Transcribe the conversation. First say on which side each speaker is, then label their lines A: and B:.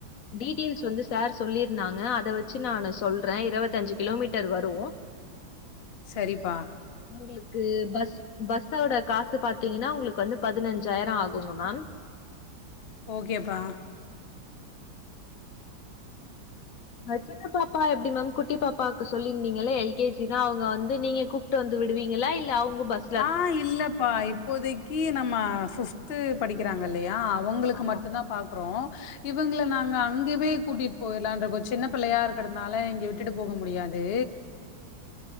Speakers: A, on the left; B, on the left.
A: டீட்டெயில்ஸ் வந்து சார் சொல்லியிருந்தாங்க அத வச்சு நானு சொல்றே இரவத்தஞ்சு கிலோமீட்டர் வரு
B: சரிப்பா
A: உங்குளுக்கு பஸ் பஸ்ஸவிட காசு பாத்தீங்கன்னா உங்குளுக்கு வந்து பதினஞ்சு ஜாயரொ ஆகுங்க மேம்
B: ஓகேபா
A: ஹ சின்ன பாப்பா எப்டி மேம் குட்டி பாப்பாவுக்கு சொல்லிருந்தீங்கள எல் கே ஜி தா அவுங்க வந்து நீங்க கூப் ட்டு வந்து விடுவீங்களா இல்ல அவுங்க பஸ்
B: ஆ இல்லப்பா இப்போதைக்கி நம்ம ஃபிப்து படிக்கிறாங்க இல்லையா அவு வுங்குளுக்கு
A: ஆமா.
B: மட்டுந்தா பாக்குறோ இவுங்கள நாங்க அங்கவே கூட்டிட்டு போய்லான்ர்க்கோ சின்ன பிள்ளையா இருக்றதுனால இங்க விட்டுட்டு போக முடியாது